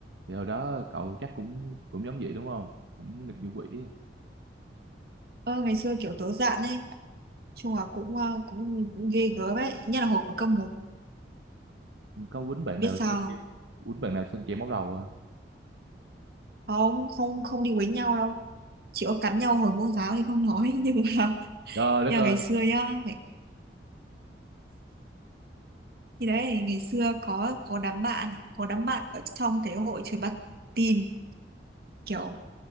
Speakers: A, on the right; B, on the right.
A: thì hồi đó cậu chắc cũng cũng giống vậy đúng không cũng nghịch như quỷ
B: ơ ngày xưa kiểu tớ dạn ấy chung là cũng ờ, cũng ghê gớm ấy nhất là hồi cấp một
A: à. có quýnh bạn
B: biết
A: nào
B: sao
A: sơn kem quýnh bạn nào sơn kem móc đầu à
B: không không không đi quấy nhau đâu chỉ có cắn nhau hồi môn giáo thì không nói <laughs> nhưng mà
A: trời đất
B: nhưng
A: ơi
B: mà ngày xưa nhá ngày, thì đấy ngày xưa có có đám bạn có đám bạn ở trong cái hội chơi bắn tin kiểu